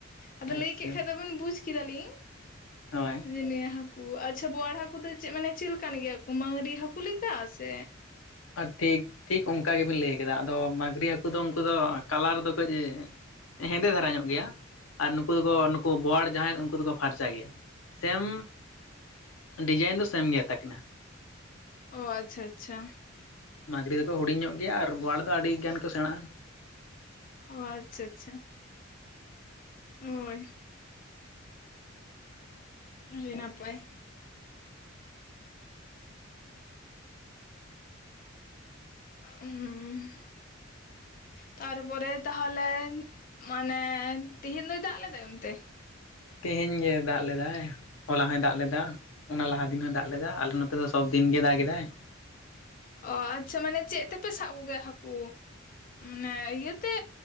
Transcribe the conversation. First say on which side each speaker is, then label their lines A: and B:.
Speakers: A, on the left (about 45°); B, on the left (about 85°).
A: ᱟᱫᱚ
B: ᱟᱪᱪᱷᱟ
A: ᱞᱟᱹᱭ ᱠᱮᱜ ᱠᱷᱟᱡ ᱫᱚᱵᱚᱱ ᱵᱩᱡ ᱠᱮᱫᱟᱞᱤᱧ
B: ᱦᱳᱭ
A: ᱡᱮ ᱱᱤᱭᱟᱹ ᱦᱟᱠ ᱟᱪᱪᱷᱟ ᱵᱚᱣᱟᱲ ᱦᱟᱹᱠᱩ ᱫᱚ ᱪᱮ ᱢᱟᱱᱮ ᱪᱮᱞ ᱞᱮᱠᱟᱱ ᱜᱮᱭᱟ ᱠᱚ ᱢᱟᱹᱜᱨᱤ ᱦᱟᱹᱠᱩ ᱞᱮᱠᱟ ᱥᱮ
B: ᱟᱨ ᱛᱤᱠ ᱴᱷᱤᱠ ᱚᱱᱠᱟ ᱜᱮᱵᱤᱱ ᱞᱟᱹᱭ ᱠᱮᱫᱟ ᱟᱫᱚ ᱢᱟᱹᱝᱜᱨᱤ ᱦᱟᱹᱠᱩ ᱫᱚ ᱩᱱᱠᱩ ᱫᱚ ᱠᱟᱞᱟᱨ ᱫᱚ ᱠᱟᱹᱡᱽ ᱦᱮᱸᱫᱮ ᱫᱷᱟᱨᱟ ᱧᱚᱜ ᱜᱮᱭᱟ ᱟᱨ ᱱᱩᱠᱩ ᱫᱚᱠᱚ ᱱᱩᱠᱩ ᱵᱚᱣᱟᱲ ᱡᱟᱦᱟᱸᱭ ᱩᱱᱠᱩ ᱫᱚᱠᱚ ᱯᱷᱟᱨᱪᱟ ᱜᱮᱭᱟ᱾ ᱥᱮᱢ ᱰᱤᱡᱟᱭᱤᱱ ᱫᱚ ᱥᱮᱢ ᱜᱮ ᱛᱟᱹᱠᱤᱱᱟ
A: ᱚ ᱟᱪᱪᱷᱟ ᱟᱪᱪᱷᱟ
B: ᱢᱟᱹᱜᱨᱤ ᱫᱚᱠᱚ ᱦᱩᱰᱤᱧ ᱧᱚᱜ ᱜᱮᱭᱟ ᱟᱨ ᱵᱟᱣᱟᱲ ᱫᱚ ᱟᱹᱰᱤ ᱜᱟᱱ ᱠᱚ ᱥᱮᱬᱟᱼᱦᱟ
A: ᱚ ᱟᱪᱪᱷᱟ ᱟᱪᱪᱷᱟ ᱦᱳᱭ ᱟᱹᱰᱤ ᱱᱟᱯᱟᱭ ᱦᱩᱸ ᱛᱟᱨᱯᱚᱨᱮ ᱛᱟᱦᱚᱞᱮ ᱢᱟᱱᱮ ᱛᱤᱦᱤᱧ ᱫᱚᱭ ᱫᱟᱜᱽ ᱞᱮᱫᱟᱭ ᱚᱱᱛᱮ
B: ᱛᱮᱦᱮᱧ ᱜᱮ ᱫᱟᱜᱽ ᱞᱮᱫᱟᱭ ᱦᱚᱞᱟ ᱦᱚᱭ ᱫᱟᱜᱽ ᱞᱮᱫᱟ ᱚᱱᱟ ᱞᱟᱦᱟ ᱫᱤᱱ ᱦᱚᱭ ᱫᱟᱜᱽ ᱞᱮᱫᱟ ᱟᱞᱮ ᱱᱚᱛᱮ ᱫᱚ ᱥᱚᱵᱫᱤᱱ ᱜᱮ ᱫᱟᱜᱽ ᱮᱫᱟᱭ
A: ᱚ ᱟᱪᱪᱷᱟ ᱢᱟᱱᱮ ᱪᱮᱫ ᱛᱮᱯᱮ ᱥᱟᱵᱽ ᱠᱚᱜᱮᱭᱟ ᱦᱟᱹᱠᱩ ᱢᱟᱱᱮ ᱤᱭᱟᱹᱛᱮ